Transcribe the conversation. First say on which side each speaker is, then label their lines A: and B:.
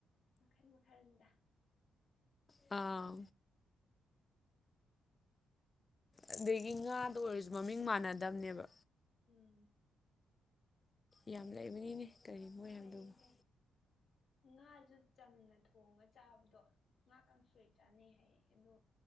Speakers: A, on the left (about 65°); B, on the left (about 25°).
A: ꯃꯈꯟ ꯃꯈꯜꯅꯤꯗ
B: ꯑꯥ ꯑꯗꯒꯤ ꯉꯥꯗ ꯑꯣꯏꯔꯁꯨ ꯃꯃꯤꯡ ꯃꯥꯟꯅꯗꯝꯕꯅꯦꯕ
A: ꯎꯝ
B: ꯌꯥꯝ ꯂꯩꯕꯅꯤꯅꯦ ꯀꯔꯤ ꯃꯣꯏ ꯍꯥꯏꯕꯗꯨꯕꯨ
A: ꯂꯩ ꯂꯩ ꯉꯥꯁꯨ ꯆꯝꯅ ꯊꯣꯡꯉ ꯆꯥꯕꯗꯣ ꯉꯥꯀ ꯁꯣꯏ ꯆꯥꯅꯩ ꯍꯥꯏꯌꯦ ꯑꯗꯣ